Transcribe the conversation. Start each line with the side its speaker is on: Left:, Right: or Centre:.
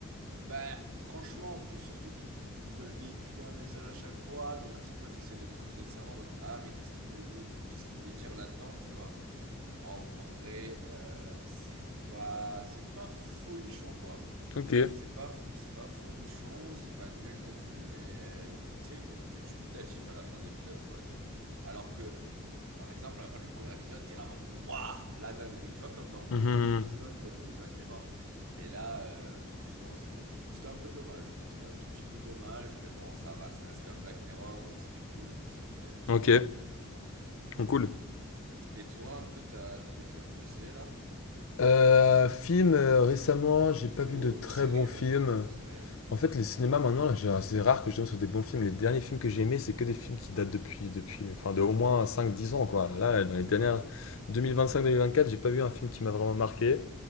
Right: Bah, franchement, en plus, surtout qu'ils ils veulent véhiculer un message à chaque fois, donc à chaque fois, t'essaies de te creuser le cerveau en mode Ah, mais qu'est-ce qu'il voulait, dé- qu'est-ce qu'il voulait dire là-dedans, tu vois? En vrai, euh, c'est pas, c'est pas folichon, quoi.
Left: Ok.
Right: C'est pas, c'est pas folichon, c'est pas nul non plus, mais t'es, y a- t'es dubitatif à la fin de l'épisode, quoi. T- Alors que, par exemple, à la fin du premier épisode, t'es là en mode Waouh, la dinguerie, tu vois, comme dans beaucoup
Left: Mhm.
Right: d'épisodes euh, de Black Mirror. Mais là, euh, franchement, c'était, c'était un peu dommage. C'était un tout petit peu dommage, mais bon, ça va, ça reste quand même Black Mirror, donc c'était cool. Ça faisait, ça
Left: Ok.
Right: faisait du bien de les revoir.
Left: Cool.
Right: Et toi, un peu, t'as, t'as des films à me conseiller là?
Left: Euh, film, euh, récemment, j'ai
Right: Ou,
Left: pas vu de très
Right: ou séries
Left: bons films.
Right: même, hein? Ou séries?
Left: En fait, les cinémas maintenant, là, j'ai- c'est rare que je tombe sur des bons films. Les derniers films que j'ai aimés, c'est que des films qui datent depuis, depuis, enfin, de au moins cinq, dix ans, quoi. Là, dans les dernières
Right: Ouais,
Left: deux deux mille vingt-cinq-deux mille vingt-cinq, vingt-quatre, j'ai pas vu un film qui m'a vraiment marqué.